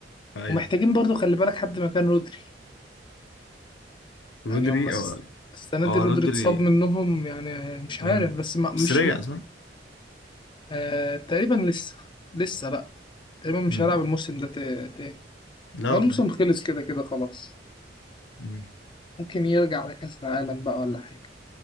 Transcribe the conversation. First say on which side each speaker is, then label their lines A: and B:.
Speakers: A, on the left; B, on the left.
A: ايوه
B: ومحتاجين برضو خلي بالك حد مكان رودري
A: رودري
B: يعني هم الس-
A: او
B: السنة دي
A: او
B: رودري
A: رودري
B: اتصاب منهم يعني مش عارف
A: امم
B: بس ما مش
A: بس رجع صح؟
B: آه تقريبا لسه لسه لا تقريبا مش
A: امم
B: هلعب الموسم ده تا- تاني
A: لا
B: هو
A: والله
B: الموسم خلص كده كده خلاص
A: امم
B: ممكن يرجع على كأس العالم بقى ولا حاجة